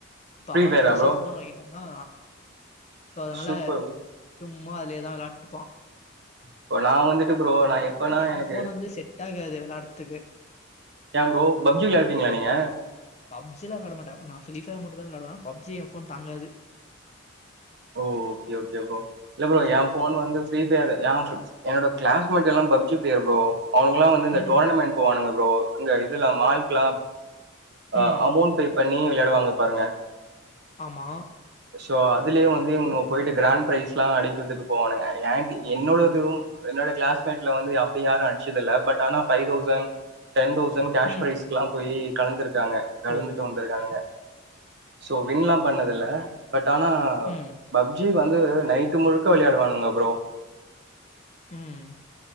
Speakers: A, on the left; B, on the right.
A: இப்ப
B: ஃப்ரீ
A: அவ
B: ஃபயரா
A: புதுசா
B: ப்ரோ
A: ஃபோன் வாங்கிடானா சோ அதுனால
B: சூப்பர்
A: சும்மா அதுலேதா வெளான்ட்டுப்பா
B: இப்ப நா வந்துட்டு ப்ரோ
A: நா வந்து
B: எப்பனா
A: எ
B: எனக்கு
A: ஃபோன் வந்து செட் ஆகாது வெளாட்த்துக்கு
B: ஏ ப்ரோ பப்ஜி வெளையாட்ரிங்கலா நீங்க
A: பப்ஜிலா விளாட மாட்டே நா ஃப்ரீ ஃபைர் மட்டுந்தா விளாடுவே பப்ஜி ஏ ஃபோன் தாங்காது
B: ஓ ஓகே ஒகே ப்ரோ இல்ல ப்ரோ
A: அது.
B: ஏ ஃபோன் வந்து ஃரிபைரு ஏ என்னோட கிளாஸ்மேட்லா பப்ஜி ப்ளேயர் ஃப்ரோ அவுங்கலா வந்து இந்த
A: ம்.
B: டோரனமெண்ட் போவானுங்க ஃப்ரோ அங்க இதுல மால்க்ல்லா
A: ஓ!
B: அ
A: ம்.
B: அமௌண்ட்டு பண்ணி விளையாடுவாங்க பாருங்க
A: ஆமா
B: சோ அதுலயே வந்து இவனுங்க போயிட்டு கிராண்ட் ப்ரைஸ் எல்லா அடிக்குறதுக்கு போவானுங்க ஏ டீ என்னோடதுவு
A: ஓ!
B: என்னோட கிளாஸ்மேட்ல வந்து அப்டி யாரு அடுச்சதுல்ல பட் ஆனா five thousand ten thousand cash
A: ம்.
B: பிரைஸ்க்லா போயி கலந்துருக்காங்க கலந்துட்டு
A: ஓ!
B: வ ந்துருக்கானுங்க சோ வின்லா பண்ணதுல்ல பட் ஆனா
A: ம்.
B: பப்ஜி வந்து நைட்டு முழுக்க விளையாடுவானுங்க ப்ரோ
A: ம்